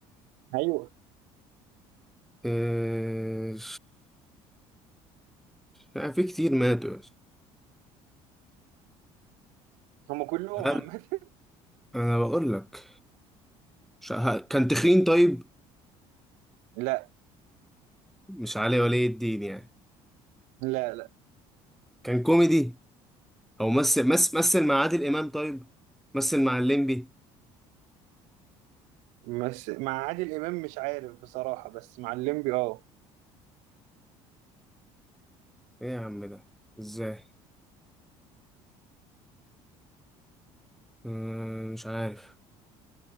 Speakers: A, on the right; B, in the centre.
A: ايوه
B: آه، لا، في كتير ماتوا
A: هم كلهم
B: هل
A: عامة
B: انا بقول لك مش- ه- كان تخين طيب
A: لا
B: مش علي ولي الدين يعني
A: لا لا
B: كان كوميدي او مثل مثل مثل مع عادل امام طيب مثل مع الليمبي
A: بس مع عادل امام مش عارف بصراحة بس مع الليمبي اه
B: ايه يا عم ده ازاي مم، مش عارف